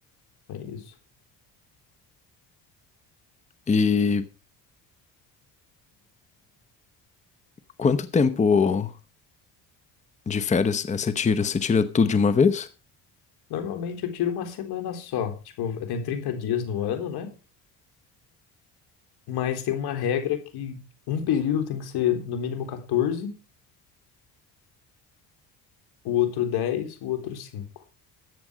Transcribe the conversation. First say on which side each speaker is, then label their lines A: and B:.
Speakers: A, on the left (about 75°); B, on the left (about 20°).
A: é isso.
B: E quanto tempo de férias é, você tira? Você tira tudo de uma vez?
A: Normalmente eu tiro uma semana só. Tipo, eu tenho 30 dias no ano, né? Mas tem uma regra que um período tem que ser no mínimo 14, o outro 10, o outro 5.